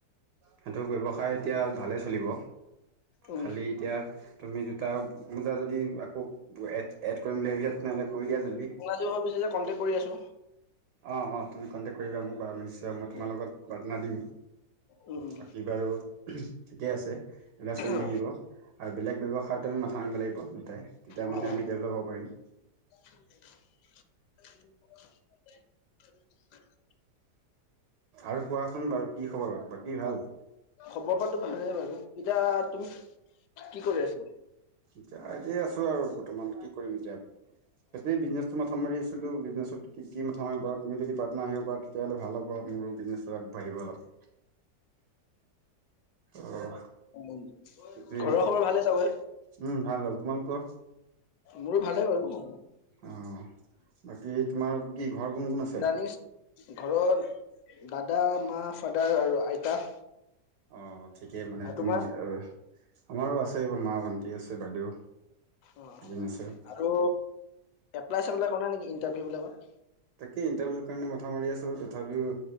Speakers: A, on the right; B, on the left.
A: সেইটো ব্যৱসায় এতিয়া ভালেই চলিব।
B: উম,
A: খালি এতিয়া তুমি জোতা মোজা যদি আকৌ এড এড কৰিম বুলি ভাবিছা, তেনেহ'লে কৰি দিয়া জল্দি।
B: সি ভাবিছে যে কণ্টেক্ট কৰি আছো।
A: অঁ অঁ তুমি কণ্টেকট কৰিবা মোক বাৰু নিছ তেতিয়া মই তোমাৰ
B: উম,
A: লগত বাৰ্থনা দিম
B: উম, উম।
A: বাকী বাৰু ঠিকে আছে। এইবিলাক চলি
B: অ',
A: থাকিব আৰু বেলেগ ব্যৱসায়ত মাথা মাৰিব লাগিব দুটাই তেতিয়া
B: অ',
A: মানে
B: অ'।
A: আমি ডেভলপ হ'ব পাৰিম।
B: <inaudible>
A: আৰু কোৱাচোন বাৰু কি খবৰ বাকী ভাল।
B: খবৰপাতো ভালে বাৰু, এতিয়া তুমি কি কৰি আছ।
A: এতিয়া এইয়াতে আছো আৰু বৰ্তমান কি কৰিম এতিয়া, বাকী বিজনেচ মাথা মাৰি আছিলোঁ বিজনেছত কি মথা মাৰিব পাৰা তুমি যদি পাটনাৰ আহিব পাৰা তেতিয়াহ'লে ভাল হ'ব মোৰো বিজনেছ টো আগবাঢ়িব অলপ। অ'
B: ঘৰৰ
A: সেইটোৱেই
B: খবৰ ভালে নে চাবৰে?
A: উম ভাল ভাল তোমালোকৰ?
B: মোৰো ভালে বাৰু।
A: অঁ, বাকী তোমাৰ কি ঘৰ কোন কোন আ
B: জানিচ ঘৰত দাদা মা ফাদাৰ আৰু আইতা।
A: অঁ, ঠিকেই মানে
B: আৰু
A: তুমি
B: তোমাৰ?
A: এ আমাৰো আছে মা ভণ্টি আছে বাইদেউ।
B: অঁ
A: এজনী আছে।
B: আৰু এপ্লাই চাবলৈ কৰা নাই নেকি ইন্টাৰভিউ বিলাকত?
A: তাকে ইণ্টাৰভিউৰ কাৰণে মাথা মাৰি আছো তথাপিও